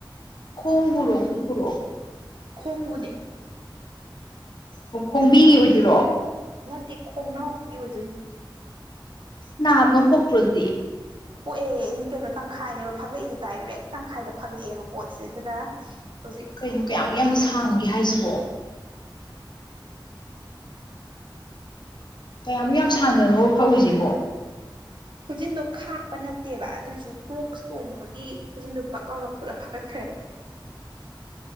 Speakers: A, on the left; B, on the right.
A: ꯈꯣꯡꯕꯨꯔꯣ ꯀꯄꯨꯔꯣ
B: ꯈꯣꯡꯕꯨꯅꯤ
A: ꯑꯣ ꯈꯣꯡꯕꯤꯒꯤ ꯑꯣꯏꯗꯣꯏꯔꯣ
B: ꯅꯠꯇꯦ ꯈꯣꯡꯅꯥꯎꯕꯤꯒꯤ ꯑꯣꯏꯗꯣꯏꯅꯤ
A: ꯅ ꯉ ꯄꯣꯛ꯭ꯔꯣꯗꯤ
B: ꯄꯣꯛꯑꯦ ꯑꯩ ꯀꯩꯅꯣ ꯇꯪꯈꯥꯏꯅꯦꯕ ꯐꯥꯛꯒꯂꯛꯏꯁꯦ ꯗꯥꯏꯔꯦꯛ ꯇꯪꯈꯥꯏꯗ ꯐꯥꯛꯠꯂꯛꯑꯦꯕ ꯄꯣꯠꯁꯦ ꯑꯗꯨꯅ ꯍꯧ
A: ꯀꯩꯅꯣ ꯀꯌꯥꯃꯨꯛ
B: ꯀꯌꯥ
A: ꯌꯥꯝꯅ ꯁꯥꯡꯉꯒꯦ ꯍꯥꯏꯁꯤꯕꯣ ꯀꯌꯥꯃꯨꯛ ꯌꯥꯝ ꯁꯥꯡꯅꯣ ꯐꯧꯔꯤꯁꯤꯕꯣ
B: ꯈꯨꯖꯤꯟꯗꯣ ꯈꯥꯛꯄ ꯅꯠꯇꯦꯕ ꯑꯗꯨꯏꯁꯨ ꯀ꯭ꯔꯣꯛꯁ ꯇꯣꯡꯕꯒꯤ ꯈꯨꯖꯤꯟꯗꯣ ꯄꯛ ꯂꯥꯎꯅ ꯄꯨꯂꯞ ꯐꯒꯠꯈ꯭ꯔꯦꯕ